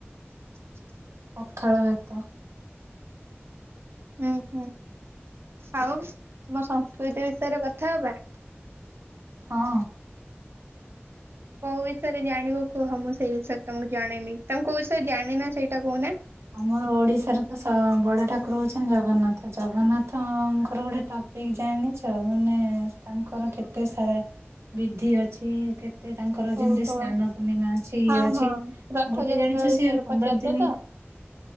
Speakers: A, on the right; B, on the right.
A: <unintelligible>
B: ପଖାଳ ଭାତ।
A: ହୁଁ ହୁଁ। ଆଉ ତମ ସଂସ୍କୃତି ବିଷୟରେ କଥା ହବା?
B: ହଁ।
A: କୋଉ ବିଷୟରେ ଜାଣିବ କୁହ ମୁଁ ସେଇ ବିଷୟରେ ତମକୁ ଜଣେଇମି। ତମେ କୋଉ ବିଷୟରେ ଜାଣିନ ନା ସେଇଟା କହୁନା।
B: ଆମର ଓଡିଶାର ତ ସ ବଡ ଠାକୁର ହଉଛନ୍ତି ଜଗନ୍ନାଥ। ଜଗନ୍ନାଥଙ୍କର ଗୋଟେ ଟପ- କି ଜାଣିଛ ମାନେ ତାଙ୍କର କେତେ ସାରା ବିଧି ଅଛି। କେ- ତାଙ୍କର ଯେମିତି
A: ଓହୋ
B: ସ୍ନାନ ପୂର୍ଣ୍ଣିମା ଅଛି ଇଏ
A: ହଁ
B: ଅଛି
A: ହଁ ରଥଯାତ୍ରା
B: ଗୋଟେ ଜାଣିଛ
A: ବିଷୟରେ
B: ସେ ପନ୍ଦର
A: ପଚାରୁଛ
B: ଦିନି-
A: ତ?